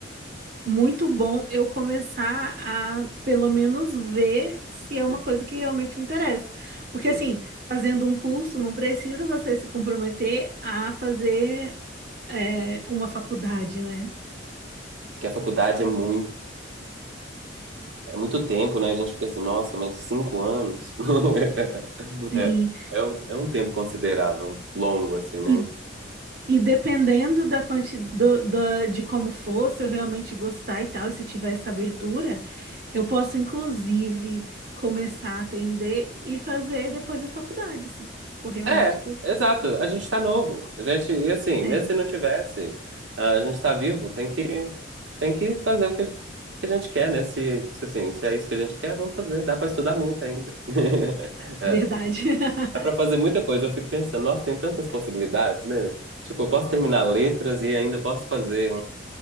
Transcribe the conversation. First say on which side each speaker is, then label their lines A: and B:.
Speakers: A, on the right; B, on the right.
A: Muito bom eu começar a, pelo menos, ver se
B: Uhum.
A: é uma coisa que realmente me interessa. Porque,
B: Sim.
A: assim, fazendo um curso, não precisa você se comprometer a fazer, é, uma faculdade, né?
B: Que a faculdade é muito, é muito tempo, né? A gente fica assim, nossa, mas cinco anos? <laughs>
A: Sim.
B: É, um- é um tempo considerável, longo, assim, né?
A: E, e dependendo da quanti do da de como for, se eu realmente gostar e tal, e se tiver essa abertura, eu posso, inclusive, começar a atender e fazer depois a faculdade, se for realmente
B: É,
A: que eu.
B: exato. A gente tá novo. A gente, e assim,
A: É,
B: mesmo se não tivesse, a gente tá vivo, tem que, tem que fazer o que, que a gente quer, né? Se, se, assim, se é isso que a gente quer, vamos fazer. Dá pra estudar muito ainda. <laughs> É,
A: verdade. <laughs>
B: dá pra fazer muita coisa. Eu fico pensando, nossa, tem tantas possibilidades, né? Tipo, eu posso terminar letras e ainda posso fazer